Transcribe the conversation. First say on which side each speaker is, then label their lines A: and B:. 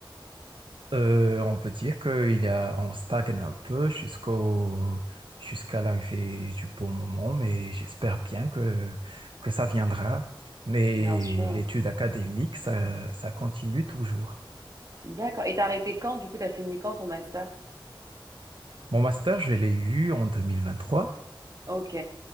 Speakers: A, on the right (about 70°); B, on the right (about 40°).
A: Euh, on peut dire qu'il a, on stagne un peu jusqu'au, jusqu'à l'arrivée du bon moment, mais j'espère bien que, que ça viendra. Mais
B: bien sûr.
A: l'étude académique, ça, ça continue toujours.
B: D'accord. Et t'as arrêté quand? Du coup, t'as fini quand ton master?
A: Mon master, je l'ai eu en 2023
B: Ok.